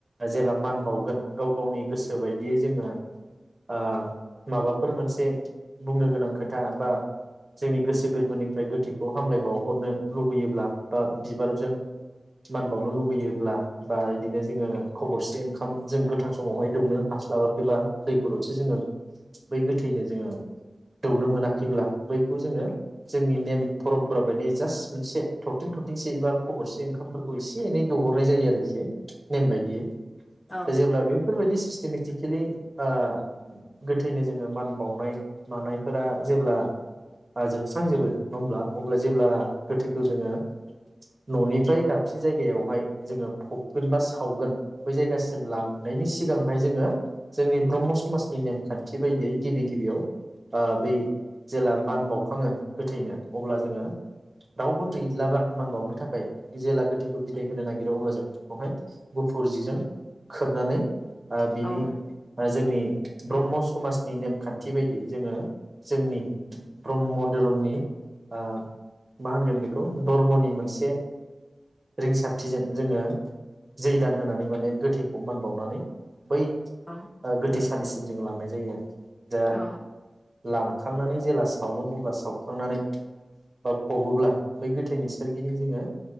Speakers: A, on the right; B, on the left.
A: जेला मान बावगोन गाव गावनि गोसो बायदियै जोङो ओ माबाफोर मोनसे बुंनो गोनां खोथा बा जोंनि गोसो गोरबोनिफ्राय गोथैखौ हामलायबावहरनो लुबैयोब्ला बा बिबारजों मान बावनो लुबैयोब्ला बा बिदिनो जोङो खब'से ओंखाम जों गोथां समावहाय दौनो हास्लाबाखैबा दै गरदसे जोङो बै गोथैनो जोङो दौनो मोनाखैब्ला बैखौ जोङो जोंनि नेम परमपरा बायदि जास्ट मोनसे थरथिं थरथिंसे बा खब'से ओंखामफोरखौ एसे एनै दहरनाय जायो आरोखि। नेम बायदियै।
B: औ
A: जेब्ला बेफोर सिस्टेमेटिक <unintelligible> ओ गोथैनो जोङो मान बावनाय मानायफोरा जेब्ला ओ जोबस्रांजोबो नङा होमब्ला अब्ला जेब्ला गोथैखौ जोङो न'निफ्राय दाबसे जायगायावहाय जोङो फबगोन बा सावगोन बै जायगासिम लांनायनि सिगांहाय जोङो जोंनि ब्रह्म समाजनि नेमखान्थि बायदियै गिबि गिबियाव आ बै जेला मान बाउखाङो गोथैनो अब्ला जोङो रावबो गैलाबा मान बावनो थाखाय जेला गोथैखौ बिदाय होनो नागिरो अब्ला जों बेखौहाय गु फुरजिजों खोबनानै ओ बिनि
B: औ औ
A: जोंनि ब्रह्म समाजनि नेमखान्थि बायदि जोङो जोंनि ब्रह्म धोरोमनि ओ मा होनगोन बेखौ धर्मनि मोनसे रिंसारथिजों जोङो <unintelligible> दान होनानै माने गोथैखौ मानबावनानै बै
B: औ
A: गोथैसालिसिम जोङो लांनाय जायो आरोखि दा
B: औ
A: लां सावखांनानै जेब्ला सावगोन अब्ला सावखांनानै बा फबोब्ला बै गोथैनि सोरगिदिं जोङो